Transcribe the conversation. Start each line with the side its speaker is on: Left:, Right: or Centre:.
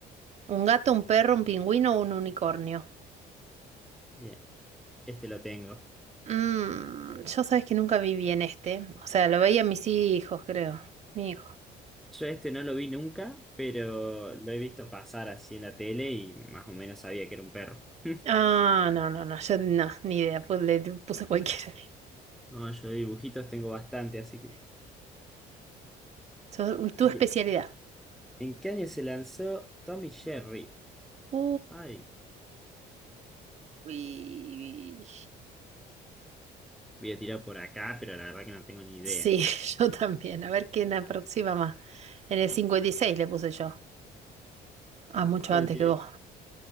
Right: ¿Un gato, un perro, un pingüino o un unicornio?
Centre: Bien, este lo tengo.
Right: Mm, yo sabes que nunca vi bien este. O sea, lo veía mis hijos, creo. Mi hijo.
Centre: Yo este no lo vi nunca, pero lo he visto pasar así en la tele y más o menos sabía que era un perro. <laughs>
Right: Ah, no, no, no. Yo no, ni idea. Pues le puse cualquiera.
Centre: No, yo de dibujitos tengo bastante, así que.
Right: <laughs> Yo- tu
Centre: Bien.
Right: especialidad.
Centre: ¿En qué año se lanzó Tommy Jerry?
Right: Uh,
Centre: Ay,
Right: uy.
Centre: voy a tirar por acá, pero la verdad que no tengo ni idea.
Right: Sí, <laughs> yo también. A ver quién aproxima más. En el 56 le puse yo. Ah, mucho
Centre: Yo
Right: antes
Centre: le tiré
Right: que vos.